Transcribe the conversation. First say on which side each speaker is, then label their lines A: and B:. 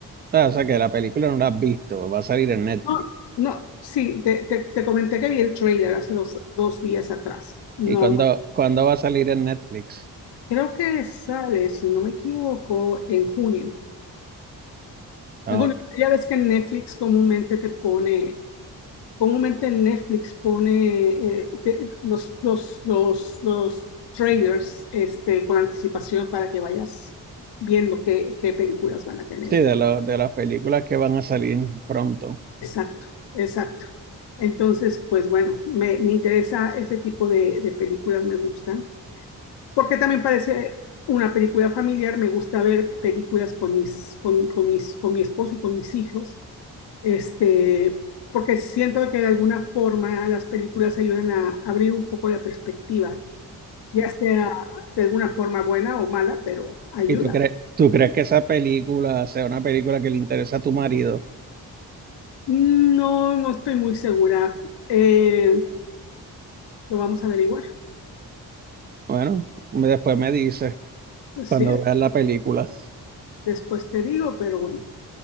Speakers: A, on the right; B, on the left.
A: Ah, O sea que la película no la has visto, va a salir en Netflix.
B: No, no, sí, te, te- te comenté que vi el trailer hace dos, dos días atrás. No,
A: ¿Y cuándo,
B: no.
A: cuándo va a salir en Netflix?
B: Creo que sale, si no me equivoco, en junio.
A: Ah,
B: En junio,
A: ok.
B: ya ves que Netflix comúnmente te pone, comúnmente Netflix pone eh, te- los, los, los, los trailers este, con anticipación para que vayas viendo qué, qué películas van a tener.
A: Sí, de,
B: y-
A: lo- de las películas que van a salir pronto.
B: Exacto, exacto. Entonces, pues bueno, me, me interesa ese tipo de, de películas, me gustan. porque también parece una película familiar, me gusta ver películas con mis, con, con mis, con mi esposo y con mis hijos, este, porque siento que de alguna forma las películas ayudan a abrir un poco la perspectiva, ya sea de alguna forma buena o mala, pero ayuda.
A: ¿Y tú crees, tú crees que esa película sea una película que le interesa a tu marido?
B: No, no estoy muy segura. Eh, lo vamos a averiguar.
A: Bueno, me- después me dices
B: Pues
A: cuando
B: sí,
A: veas la película.
B: después te digo, pero bueno.